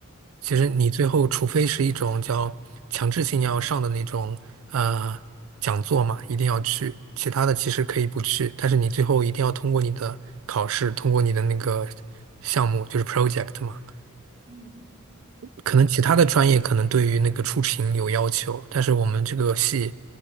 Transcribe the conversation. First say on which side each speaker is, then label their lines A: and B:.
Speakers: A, on the right; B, on the right.
A: 其实你最后除非是一种叫强制性要上的那种呃讲座嘛，
B: 哦，
A: 一定要去，其他的其实可以不去，但是你最后一定要通过你的考试，通过你的那个项目就是 project 嘛。
B: 嗯，
A: 可能其他的专业可能对于那个出勤有要求，
B: 哎。
A: 但是我们这个系